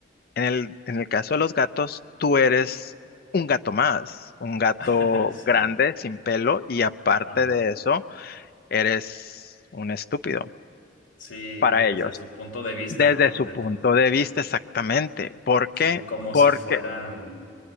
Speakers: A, on the left; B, on the left.
A: En el, en el caso de los gatos, tú eres un gato más, un gato
B: <laughs> sí,
A: grande, sin pelo y aparte
B: ajá.
A: de eso, eres un estúpido
B: Sí, desde
A: para ellos,
B: su punto de vista,
A: desde
B: ¿no?
A: su
B: Desde
A: punto
B: el punto.
A: de vista exactamente. ¿Por
B: Sí,
A: qué?
B: como
A: Porque
B: si fueran.